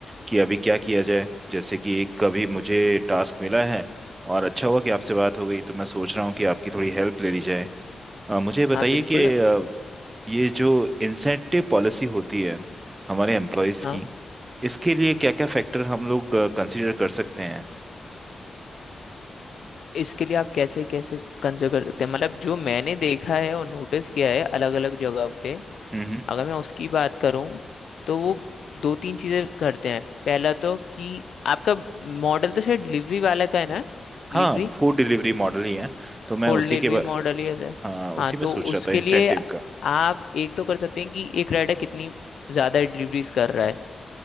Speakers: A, on the right; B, on the left.
A: कि अभी क्या किया जाए जैसे कि एक कभी मुझे टास्क मिला है और अच्छा हुआ कि आपसे बात हो गई तो मैं सोच रहा हूँ कि आपकी थोड़ी हेल्प ले ली जाए अ, मुझे बताइए
B: हाँ बिल्कुल
A: कि अ, ये जो इंसेंटिव पॉलिसी होती है हमारे एम्प्लॉयज
B: हाँ
A: की इसके लिए क्या क्या फैक्टर हम लोग कंसीडर कर सकते हैं
B: इसके लिए आप कैसे कैसे कंसिडर कर सकते हैं मतलब जो मैंने देखा है और नोटिस किया है अलग अलग जगह पे
A: हम्म हम्म।
B: अगर मैं उसकी बात करूँ तो वो दो तीन चीजें करते हैं पहला तो कि आपका मॉडल तो शायद डिलीवरी वाला का है ना डिलीवरी
A: हाँ फूड डिलीवरी मॉडल ही है तो मैं
B: फुल
A: उसी
B: डिलीवरी
A: के बा...
B: मॉडल ही है
A: हाँ उसी
B: हाँ
A: में
B: तो
A: सोच
B: उसके
A: रहा था इंसेंटिव
B: लिए
A: का
B: आप एक तो कर सकते हैं कि एक राइडर कितनी ज्यादा डिलीवरीज कर रहा है